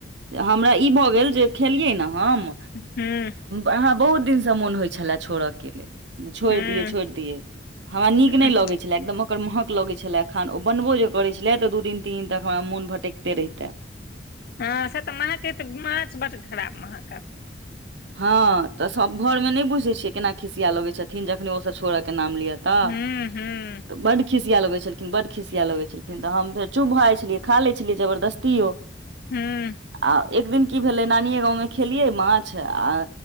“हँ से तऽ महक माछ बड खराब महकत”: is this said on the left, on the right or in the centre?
Left